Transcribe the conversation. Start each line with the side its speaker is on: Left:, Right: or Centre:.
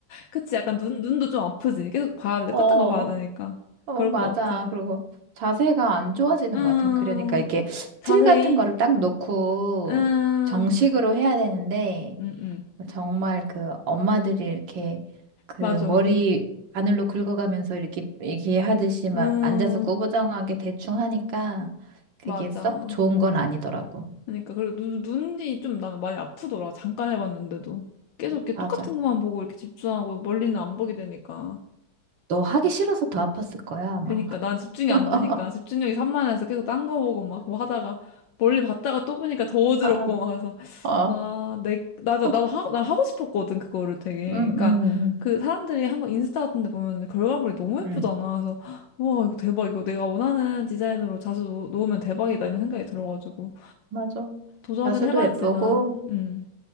Left: 그치, 약간 눈, 눈도 좀 아프지. 계속 봐야 돼. 똑같은
Right: 어,
Left: 거 봐야 되니까.
Right: 어,
Left: 그럴
Right: 맞아.
Left: 것 같아.
Right: 그리고 자세가 안 좋아지는
Left: 음,
Right: 것 같아. 그러니까 이렇게
Left: 자세히.
Right: 틀 같은 거를 딱 놓고
Left: 음,
Right: 정식으로 해야 되는데,
Left: 음, 음.
Right: 정말 그 엄마들이 이렇게 그
Left: 맞아.
Right: 머리 바늘로 긁어가면서 이렇게 얘기하듯이 막
Left: 음,
Right: 앉아서 꾸부정하게 대충 하니까 그게
Left: 맞아.
Right: 썩 좋은 건 아니더라고.
Left: 그러니까, 그리고 눈, 눈이 좀 나는 많이 아프더라. 잠깐 해봤는데도. 계속 이렇게 똑같은
Right: 맞아.
Left: 것만 보고 이렇게 집중하고 멀리는 안 보게 되니까.
Right: 너 하기 싫어서 더 아팠을 거야, 아마.
Left: 그니까 난 집중이
Right: <laughs>
Left: 안 되니까 집중력이 산만해서 계속 딴 거 보고 막 뭐 하다가 멀리 봤다가 또 보니까 더 어지럽고
Right: 아,
Left: 막 해서
Right: 어,
Left: 아, 내 나도
Right: 어,
Left: 나도
Right: 그-
Left: 하고 난 하고 싶었거든 그거를 되게
Right: 음,
Left: 그러니까
Right: 음,
Left: 그 사람들이 한 거 인스타 같은 데 보면 결과물이 너무 예쁘잖아
Right: 음, 음.
Left: 그래서 와 이거 대박 이거 내가 원하는 디자인으로 자수 놓- 놓으면 대박이다 이런 생각이 들어가지고
Right: 맞아.
Left: 도전을
Right: 자수도
Left: 해봤지만
Right: 예쁘고,
Left: 음.